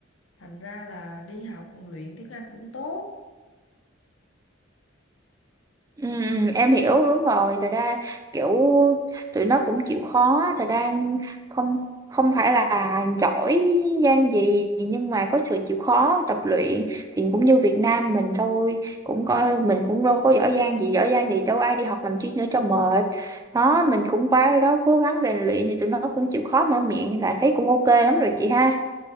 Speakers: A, on the left; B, on the right.
A: thành ra là đi học luyện tiếng Anh cũng tốt
B: Ừ, ừ, em hiểu đúng rồi thật ra kiểu tụi nó cũng chịu khó thật ra không không phải là giỏi giang gì nhưng mà có sự chịu khó tập luyện thì cũng như Việt Nam mình thôi cũng coi mình cũng đâu có giỏi giang gì giỏi giang thì đâu ai đi học làm chi nữa cho mệt đó mình cũng qua đó cố gắng rèn luyện thì tụi nó cũng chịu khó mở miệng là thấy cũng ok lắm rồi chị ha